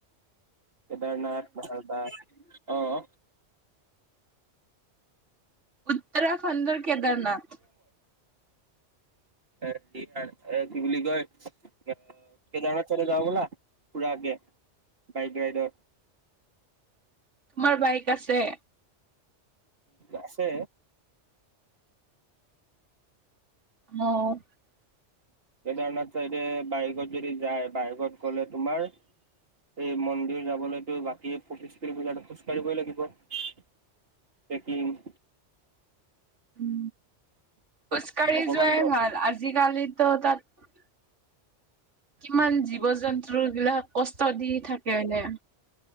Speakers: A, on the right; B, on the right.
A: কেদাৰনাথ মাৰদাস আহ।
B: উত্তৰাখণ্ডৰ কেদাৰনাথ।
A: এ এ কি বুলি কয় আহ কেদাৰনাথ চলে যওঁ বোলা পুৰা আগে বাইক ৰাইডৰ।
B: তোমাৰ বাইক আছে?
A: আছে।
B: আহ।
A: কেদাৰনাথ চাইডে বাইকত যদি যায় বাইকত গ'লে তোমাৰ এই মন্দিৰ যাবলৈতো বাকী প্ৰতিষ্ঠতি পূজাত খোজ কঢ়িবই লাগিব। পেকিং।
B: উ খোজকাঢ়ি
A: ভগৱান
B: যোৱাই ভাল আজি কালিতো তাত কিমান জীৱ জন্তু বিলাক কষ্ট দি থাকে এনে।